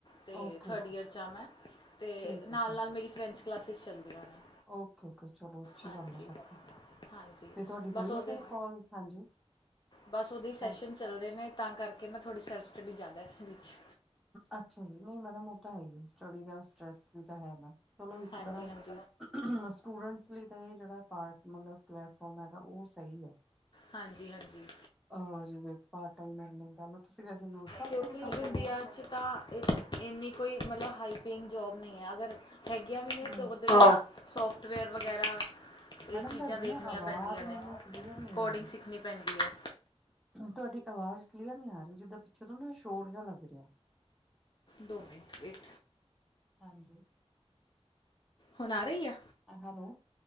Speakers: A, on the left (about 45°); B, in the centre.
A: ਤੇ
B: ਓਕੇ
A: ਥਰਡ
B: ਓਕੇ
A: ਈਅਰ 'ਚ ਆ ਮੈਂ ਅਤੇ
B: ਠੀਕ
A: ਨਾਲ
B: ਹੈ ਠੀਕ
A: ਨਾਲ
B: ਹੈ
A: ਮੇਰੀ ਫਰੈਂਚ ਕਲਾਸਿਸ ਚੱਲਦੀਆਂ ਨੇ
B: ਓਕੇ ਓਕੇ ਚਲੋ ਅੱਛੀ
A: ਹਾਂਜੀ
B: ਗੱਲ ਹੈ ਫਿਰ ਤਾਂ
A: ਹਾਂਜੀ
B: ਤੁਹਾਡੀ ਹੋਈ
A: ਬਸ ਉਹਦੇ
B: ਫਿਰ ਕੋਲ ਹਾਂਜੀ
A: ਬਸ ਉਹਦੇ ਹੀ ਸੈਸ਼ਨ
B: ਹੈ
A: ਚੱਲਦੇ ਨੇ ਤਾਂ ਕਰਕੇ ਨਾ ਤੁਹਾਡੀ ਸੈਲਫ ਸਟੱਡੀ ਜ਼ਿਆਦਾ ਇਹਦੇ 'ਚ
B: ਅੱਛਾ ਜੀ ਨਹੀਂ ਮੈਡਮ ਉਹ ਤਾਂ ਹੈ ਹੀ ਸਟਡੀ ਦਾ ਸਸ ਵੀ ਤਾਂ ਹੈ ਨਾ ਚਲੋ ਇੱਕ
A: ਥੋੜ੍ਹਾ
B: ਤਰ੍ਹਾਂ
A: ਜਿਹਾ ਇਸ
B: ਸਟੂਡੈਂਟਸ ਲਈ ਤਾਂ ਇਹ ਜਿਹੜਾ ਪਾਰਟ ਮਤਲਬ ਪਲੈਟਫਾਰਮ ਹੈਗਾ ਉਹ ਸਹੀ ਹੈ
A: ਹਾਂਜੀ ਹਾਂਜੀ
B: ਆ ਪਾਰਟ ਟਾਈਮਰ ਤੁਸੀਂ ਵੈਸੇ ਯੂ ਟੋਕ
A: ਕਿਉਂਕਿ
B: ਤੇ ਕੰਮ ਕਰਿਆ
A: ਇੰਡੀਆ 'ਚ ਤਾਂ ਇੰਨੀ ਕੋਈ ਮਤਲਬ ਹਾਈ ਪੇਇੰਗ ਜੋਬ ਨਹੀਂ ਹੈ ਅਗਰ ਹੈਗੀਆਂ ਵੀ ਨੇ
B: ਨਹੀਂ
A: ਉਰ ਸੋਫਟਵੇਅਰ ਵਗੈਰਾ ਇਹ
B: ਮੈਡਮ
A: ਚੀਜ਼ਾਂ
B: ਤੁਹਾਡੀ
A: ਦੇਖਣੀਆਂ
B: ਨਾ ਆਵਾਜ਼
A: ਪੈਂਦੀਆਂ ਨੇ
B: ਮੈਨੂੰ ਕਲੀਅਰ ਨਹੀਂ
A: ਕੋਡਿੰਗ
B: ਆ ਰਹੀ
A: ਸਿੱਖਣੀ ਪੈਂਦੀ ਹੈ
B: ਤੁਹਾਡੀ ਆਵਾਜ਼ ਕਲੀਅਰ ਨੀ ਆ ਰਹੀ ਜਿੱਦਾਂ ਪਿੱਛੇ ਤੋਂ ਸ਼ੋਰ ਜਿਹਾ ਲੱਗ ਰਿਹਾ
A: ਦੋ ਮਿੰਟ ਵੇਟ
B: ਹਾਂਜੀ
A: ਹੁਣ ਆ ਰਹੀ ਆ
B: ਹੈਲੋ